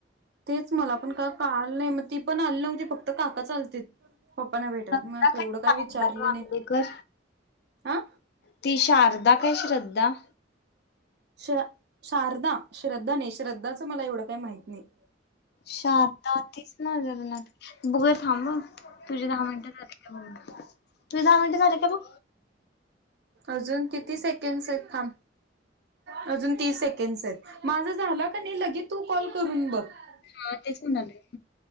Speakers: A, on the right; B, on the left.
A: तेच मला पण का कालं नाही मग ती पण आली नव्हती फक्त काका चालते पप्पाना भेटल
B: श्रद्धा
A: मग तेवढं
B: काय शारदा
A: काही विचारलं
B: मामलेकर
A: नाही हा.
B: ती शारदा काय श्रद्धा-
A: श शारदा श्रद्धाने श्रद्धाचं मला एवढं काही माहत नाही-
B: शारदातीस नाजर ना ब <inaudible> थांब तुझी दहा मिनिटं झाले का तुझ दहा मिनिटं झाले का बघ
A: अजून किती सेकंडस आहेत थांब <inaudible> अजून तीस सेकंडस आहेत माझं झाला का नाही लगे तू कॉल करून बघ <inaudible>
B: हा तेच म्हन आले <inaudible>